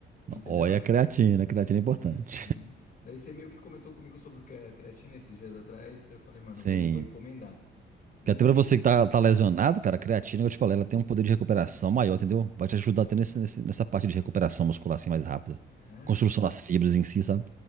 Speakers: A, on the right (about 45°); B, on the left (about 50°).
A: Não,
B: entendeu?
A: Olha a creatina, a creatina é importante.
B: Uhum.
A: <laughs>
B: Daí você meio que comentou comigo sobre o que é creatina esses dias atrás. Eu falei, mano,
A: Sim.
B: eu vou, vou encomendar. do
A: Porque até
B: que.
A: pra você que tá, tá lesionado, cara, a creatina, que eu te falei, ela tem um poder de recuperação maior, entendeu? Vai te ajudar até nesse, nesse- nessa parte de recuperação muscular assim mais rápida.
B: É?
A: Construção das fibras em si, sabe?